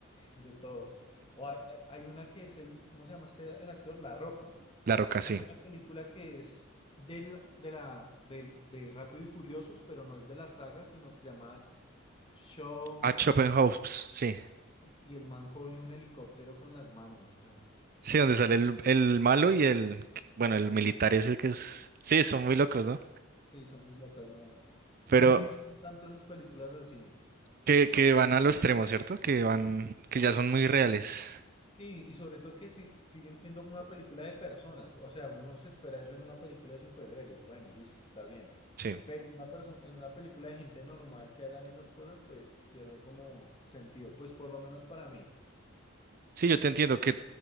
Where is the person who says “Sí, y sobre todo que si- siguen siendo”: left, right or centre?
Left